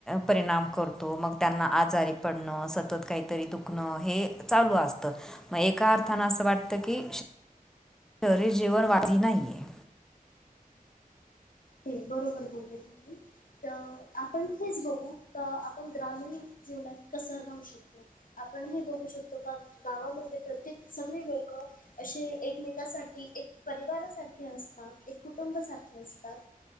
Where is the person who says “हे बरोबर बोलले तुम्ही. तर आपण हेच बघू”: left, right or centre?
Left